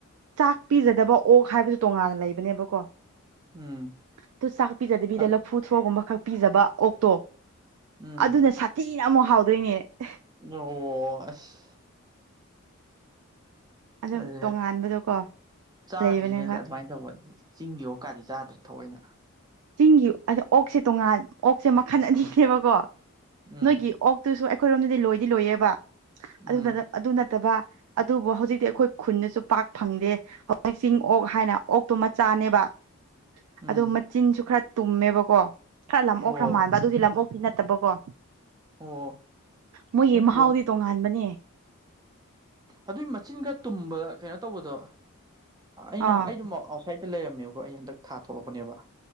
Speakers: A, on the right (about 85°); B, on the right (about 20°).
A: ꯆꯥꯛ ꯄꯤꯖꯗꯕ ꯑꯣꯛ ꯍꯥꯏꯕꯁꯨ ꯇꯣꯡꯉꯥꯟꯅ ꯂꯩꯕꯅꯦꯕꯀꯣ
B: ꯎꯝ
A: ꯑꯗꯨꯣ ꯆꯥꯛ ꯄꯤꯖꯗꯕꯤꯗ
B: ꯑꯠ
A: ꯂꯐꯨ ꯊ꯭ꯔꯣꯒꯨꯝꯕ ꯈꯛ ꯄꯤꯖꯕ ꯑꯣꯛꯇꯣ
B: ꯎꯝ
A: ꯑꯗꯨꯅ ꯁꯥꯊꯤꯅ ꯑꯃꯨꯛ ꯍꯥꯎꯗꯣꯏꯅꯦ <unintelligible>
B: ꯑꯣ ꯑꯁ
A: ꯑꯗꯨꯝ
B: ꯑꯗꯨ
A: ꯇꯣꯉꯥꯟꯕꯗꯣꯀꯣ
B: ꯆꯥꯗ꯭ꯔꯤꯅꯦ
A: ꯂꯩꯕꯅꯦꯕ
B: ꯑꯗꯨꯃꯥꯏꯅ ꯇꯧꯕꯅꯦ ꯆꯤꯡꯒꯤ ꯑꯣꯨꯛ ꯀꯥꯗꯤ ꯆꯥꯗ꯭ꯔꯦ ꯊꯑꯣꯏꯅ
A: ꯆꯤꯡꯒꯤ ꯑ ꯑꯣꯛꯁꯦ ꯇꯣꯉꯥꯟ ꯑꯣꯛꯁꯦ ꯃꯈꯜ ꯑꯅꯤꯅꯦꯕꯀꯣ
B: ꯎꯝ
A: ꯅꯣꯏꯒꯤ ꯑꯣꯛꯇꯨꯁꯨ ꯑꯩꯈꯣꯏꯔꯣꯝꯗꯗꯤ ꯂꯣꯏꯗꯤ ꯂꯣꯏꯌꯦꯕ ꯑꯗꯨ
B: ꯎꯝ
A: ꯑꯗꯨ ꯅꯠꯇꯕ ꯑꯗꯨꯕꯨ ꯍꯧꯖꯤꯛꯇꯤ ꯑꯩꯈꯣꯏ ꯈꯨꯟꯗꯁꯨ ꯄꯥꯛ ꯐꯪꯗꯦ ꯍꯧꯖꯤꯛ ꯆꯤꯡ ꯑꯣꯛ ꯍꯥꯏꯅ ꯑꯣꯛꯇꯨ ꯃꯆꯥꯅꯦꯕ
B: ꯎꯝ
A: ꯑꯗꯣ ꯃꯆꯤꯟꯁꯨ ꯈꯔ ꯇꯨꯝꯃꯦꯕꯀꯣ ꯈꯔ ꯂꯐꯣꯛ
B: ꯑꯣ
A: ꯈꯔ ꯃꯥꯟꯕ ꯑꯗꯨꯗꯤ ꯂꯝꯣꯛ ꯁꯤ ꯅꯠꯇꯕꯀꯣ
B: ꯑꯣ
A: ꯃꯣꯏꯒꯤ
B: ꯑꯗꯨꯗꯣ
A: ꯃꯍꯥꯎꯗꯤ ꯇꯣꯉꯥꯟꯕꯅꯦ
B: ꯑꯗꯨꯏ ꯃꯆꯤꯟ ꯈ ꯇꯨꯝꯕꯗ ꯀꯩꯅꯣ ꯇꯧꯕꯗꯣ ꯑꯩꯅ
A: ꯑꯥ
B: ꯑꯩꯗꯨ ꯑꯥꯎꯠꯁꯥꯏꯗꯠꯇ ꯂꯩꯔꯝꯃꯦꯕ ꯑꯩ ꯍꯟꯗꯛ ꯊꯥ ꯊꯣꯛꯂꯛꯄꯅꯦꯕ